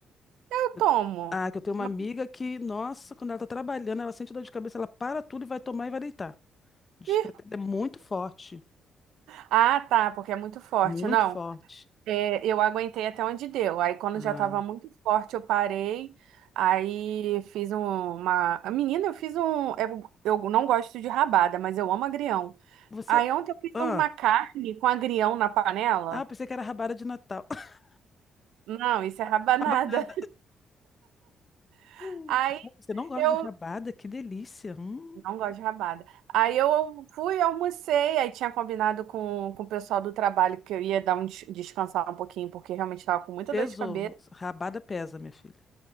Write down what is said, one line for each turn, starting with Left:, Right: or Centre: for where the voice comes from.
Right: Eu
Left: Eu-
Right: tomo.
Left: Ah, que eu tenho uma
Right: Mas,
Left: amiga que, nossa, quando ela tá trabalhando, ela sente dor de cabeça, ela para tudo e vai tomar e vai deitar. Diz
Right: e
Left: que até é muito forte,
Right: Ah, tá, porque é muito forte.
Left: muito
Right: Não,
Left: forte.
Right: é, eu aguentei até onde deu. Aí, quando
Left: Ah,
Right: já tava muito forte, eu parei. Aí, fiz um- uma. Menina, eu fiz um. é, Eu não gosto de rabada, mas eu amo agrião.
Left: você.
Right: Aí, ontem, eu fiz
Left: Ah,
Right: uma carne com agrião na panela.
Left: Ah, eu pensei que era rabada de Natal. <laughs>
Right: Não, isso é rabanada.
Left: Rabanada.
Right: <laughs>
Left: Hum,
Right: Aí,
Left: Você não gosta
Right: eu.
Left: de rabada? Que delícia. Hum,
Right: Não gosto de rabada. Aí, eu fui, almocei. Aí, tinha combinado com, com o pessoal do trabalho que eu ia dar um des- descansar um pouquinho, porque realmente tava com muita
Left: pesou.
Right: dor de cabeça.
Left: Rabada pesa, minha filha.